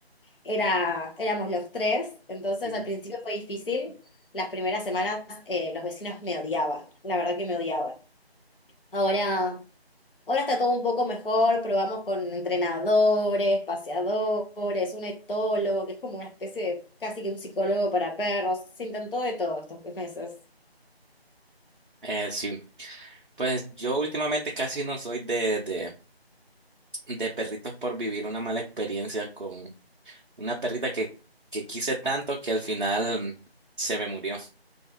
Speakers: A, on the left; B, on the right.
A: era, éramos los tres, entonces
B: Sí.
A: al principio fue difícil. Las primeras semanas eh, los vecinos me odiaban, la verdad que me odiaban. Ahora... Ahora está todo un poco mejor, probamos con entrenadores, paseadores, un etólogo, que es como una especie de casi que un psicólogo para perros. Se intentó de todo estos meses.
B: Eh, sí, pues yo últimamente casi no soy de, de de perritos por vivir una mala experiencia con una perrita que, que quise tanto que al final mm, se me murió.